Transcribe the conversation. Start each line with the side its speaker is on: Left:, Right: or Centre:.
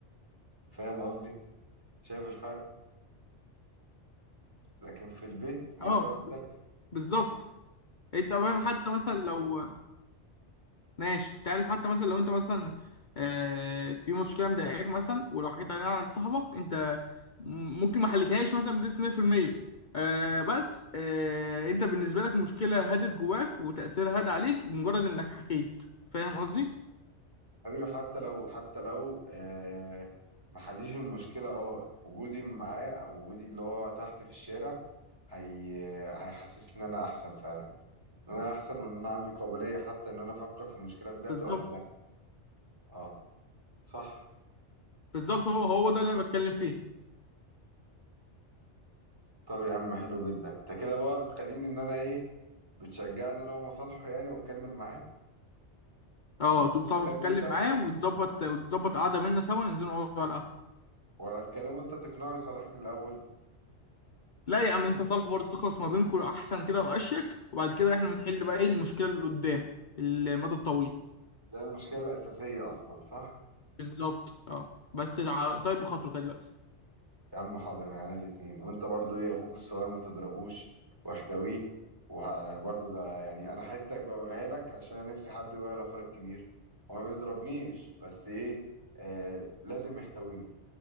Right: فاهم قصدي شايف الفرق لكن في البيت الموضوع
Left: اه
Right: يختلف
Left: ب- بالظبط انت فاهم حتى مثلا لو ماشي انت عارف حتى مثلا لو انت مثلا آه في مشكله مضايقاك مثلا ولو حكيت عليها لصاحبك انت م- ممكن ما حلتهاش مثلا بنسبه 100% آه بس آه انت بالنسبه لك المشكله هدت جواك وتاثيرها هاد عليك بمجرد انك حكيت فاهم قصدي
Right: حبيبي حتى لو حتى لو آه ما حليش المشكله اه وجودي معاه او وجودي اللي هو تحت في الشارع هي هيحسسني ان انا احسن فعلا ان انا احسن وان انا عندي قابلية حتى ان انا افكر في المشكلة بجد
Left: بالظبط
Right: واحلها اه صح
Left: بالظبط هو هو ده اللي انا بتكلم فيه
Right: طب يا عم حلو جدا انت كده بقى بتخليني ان انا ايه بتشجعني انا ومصالحه يعني واتكلم معاه
Left: اه
Right: ولا
Left: تقوم صاحبك
Right: تكلمه
Left: تتكلم
Right: انت
Left: معاه وتظبط وتظبط قعده منا سوا ننزل نقعد على القهوه
Right: ولا تكلمه انت تقنعه يصالحني الاول
Left: لا يا عم انت صالح برضه تخلص ما بينكم احسن كده واشيك وبعد كده احنا نحل بقى ايه المشكله اللي قدام المدى الطويل
Right: ده المشكلة الاساسية اصلا صح
Left: بالظبط اه بس تع- طيب خاطره كده دلوقتي
Right: يا عم حاضر معانا الاتنين وانت برضو ايه اخوك الصغير ما تضربوش واحتويه وانا برضو ده يعني انا حتة بقولها لك عشان انا نفسي حد يقولها لاخويا الكبير هو ما بيضربنيش بس ايه آه لازم يحتويني